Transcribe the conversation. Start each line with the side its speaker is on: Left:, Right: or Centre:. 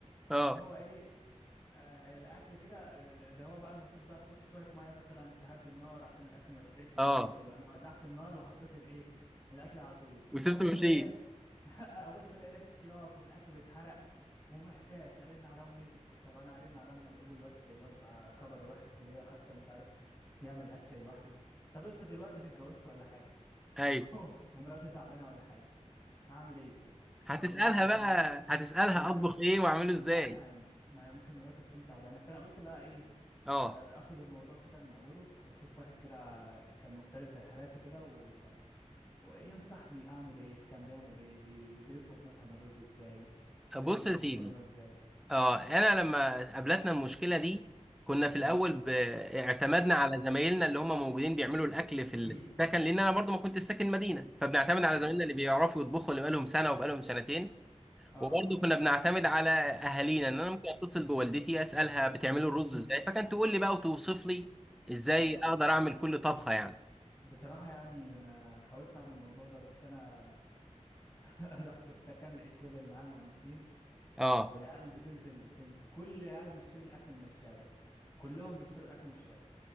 Centre: اه
Left: اللي هو ايه آه الاكل كده اللي هو بقى المفروض بقى تحط شويه ميه مثلا تهدي النار عشان الاكل ما يتحرقش الكلام
Centre: اه
Left: ده كله انا ولعت النار وحطيت الايه الاكل على طول
Centre: وسبت
Left: ابص
Centre: ومشيت
Left: الاقي ريحه <laughs> ابص الاقي ريحه شياط والاكل بيتحرق ومحتاس هرن على امي طب انا هرن على امي هيقولوا الواد الواد بقى كبر وراح الكليه وحتى مش عارف يعمل اكل لوحده طب افرض دلوقتي انا اتجوزت ولا حاجه
Centre: ايوه
Left: <laughs> ومراتي تعبانه ولا حاجه هعمل ايه
Centre: هتسالها
Left: هقول لها
Centre: بقى
Left: ده انا مش عارف
Centre: هتسالها
Left: انا مش
Centre: اطبخ
Left: عارف
Centre: ايه واعمله ازاي
Left: لا ما هي ما هي ممكن مراتي تكون تعبانه فانا قلت بقى ايه
Centre: اه
Left: آه، اخد الموضوع كده من اوله واشوف واحد كده كان مختلف زي حالاتي كده و... وينصحني اعمل ايه كان بيعمل ايه بي... بيطبخ مثلا الرز ازاي بيطبخ
Centre: بص يا
Left: المكرونه
Centre: سيدي
Left: ازاي
Centre: اه انا لما قابلتنا المشكله دي كنا في
Left: مم.
Centre: الاول ب... اعتمدنا على زمايلنا اللي هم موجودين بيعملوا الاكل في
Left: <clears throat>
Centre: السكن لان انا برضو ما كنت ساكن مدينه فبنعتمد على
Left: اه
Centre: زمايلنا اللي بيعرفوا يطبخوا اللي بقالهم سنه وبقالهم سنتين
Left: اه
Centre: وبرضو كنا
Left: ب...
Centre: بنعتمد على اهالينا ان انا ممكن اتصل بوالدتي اسالها بتعملوا الرز
Left: <clears throat>
Centre: ازاي فكانت تقول لي بقى وتوصف لي ازاي
Left: <laughs> اه
Centre: اقدر اعمل كل طبخه يعني
Left: بصراحة يعني أنا حاولت أعمل الموضوع ده بس أنا <laughs> رحت في سكن لقيت كل اللي معايا مهندسين
Centre: اه
Left: والعيال بتنزل, تنزل كل العيال بتشتري الاكل من الشارع كلهم بيشتروا الاكل من الشارع